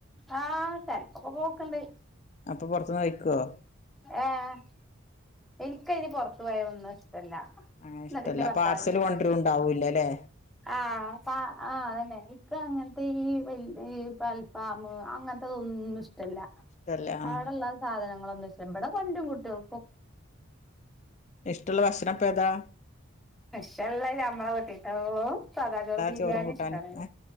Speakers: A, in the centre; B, on the left.
A: ആഹ് ചെൽപ്പോക്കെ പോക്ക്ണ്ട്
B: അപ്പൊ പൊർത്ത്ന്ന് കയ്ക്കാേ
A: ആഹ് എനിക്കതിന് പുറത്തു പോയ ഒന്നും ഇഷ്ടല്ല
B: അങ്ങെനെ
A: എന്നിട്ട്
B: ഇഷ്ടല്ല
A: എന്റെ ഭർത്താവ്
B: പാർസല്
A: ചീത്ത
B: കൊണ്ട്രും
A: പറയും
B: ണ്ടാവൂല്ല ലേ
A: ആഹ് പ ആഹ് അത് തന്നെ ഇപ്പ അങ്ങനത്തെ ഈ <unintelligible> പാമ് അങ്ങനത്തെതൊന്നും ഇഷ്ടല്ല
B: ഇഷ്ടല്ല ആ
A: അവിടെള്ള സാധനങ്ങളൊന്നും ഇഷ്ടല്ല ഇബടെ കൊഞ്ച് കൂട്ടും
B: ഇഷ്ടെള്ള ഭക്ഷണംപ്പേതാ
A: ഇഷള്ളെ ഞമ്മളെ വീട്ടീത്താ ഓ സാദാ ചോറ് ബിര്യാണി
B: ചോറും കൂട്ടാനും
A: ഇഷ്ടാണ്
B: ആ